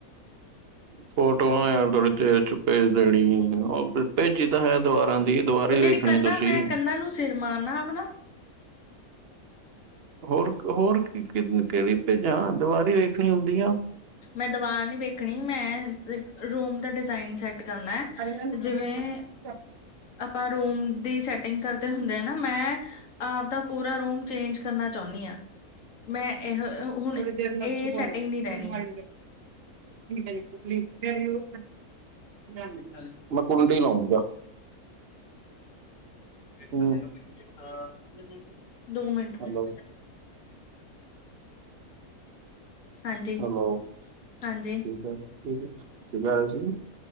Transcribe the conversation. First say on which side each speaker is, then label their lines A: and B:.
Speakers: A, on the right; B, on the left.
A: ਫੋਟੋਆਂ ਆ ਥੋੜ੍ਹੀ ਦੇਰ ਚ ਭੇਜ ਦੇਣੀ, ਉਹ ਭੇਜੀ ਤਾਂ ਹੈ ਦਵਾਰਾਂ ਦੀ। ਦੀਵਾਰ ਹੀ
B: ਉਹ
A: ਵੇਖਣੀ
B: ਜਿਹੜੀ ਕੰਧਾਂ,
A: ਤੁਸੀਂ।
B: ਮੈਂ ਕੰਧਾਂ ਨੂੰ ਸਿਰ ਮਾਰਨਾ ਆਪਣਾ
A: ਹੋਰ, ਹੋਰ ਕੀ ਕਿਹੜੀ ਪੇਜਾਂ ਦੀਵਾਰੀ ਵੇਖਣੀ ਹੁੰਦੀ ਆ।
B: ਮੈਂ ਦੀਵਾਰ ਨੀਂ ਵੇਖਣੀ, ਮੈਂ ਰੂਮ ਦਾ ਡਿਜ਼ਾਇਨ ਸੈੱਟ ਕਰਨਾ। ਹੈ।
A: <unintelligible>
B: ਜਿਵੇਂ ਆਪਾਂ ਰੂਮ ਦੀ ਸੈਟਿੰਗ ਕਰਦੇ ਹੁੰਦੇ ਆ ਨਾ ਮੈਂ ਆਪਦਾ ਪੂਰਾ ਰੂਮ ਚੇਂਜ ਕਰਨਾ ਚਾਹੁੰਣੀ ਆਂ। ਮੈਂ ਇਹੋ ਹੁਣ ਇਹ
A: <unintelligible>
B: ਸੈਟਿੰਗ ਨਹੀਂ ਰਹਿਣੀ।
A: ਹਾਂਜੀ।
B: ਫੇਥ
A: ਮੈਂ ਕੁੰਡੀ ਲਾਉਂਗਾ
B: ਭੇਥ
A: ਹੂੰ
B: <unintelligible> <unintelligible> ਦੋ ਮਿੰਟ ਵਾਰੀ
A: ਹੈਲੋ
B: ਪੰਜ ਹਾਂਜੀ
A: ਹੈਲੋ
B: ਹਾਂਜੀ।
A: ਠੀਕ ਹੈ ਠੀਕ ਐ, ਕੀ ਗੱਲ ਸੀ?